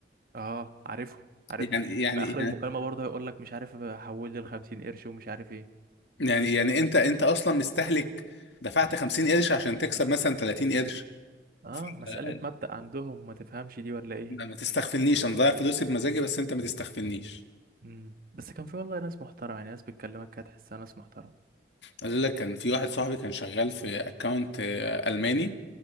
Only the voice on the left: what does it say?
يعني يعني
يعني
يعني يعني انت انت اصلا مستهلك دفعت 50 قرش عشان تكسب مثلا 30 قرش
ف-
آه،
ما ما تستغفلنيش انا ضايع فلوسي بمزاجي بس انت ما تستغفلنيش
عايز اقول لك كان في واحد صاحبي كان شغال في اكونت الماني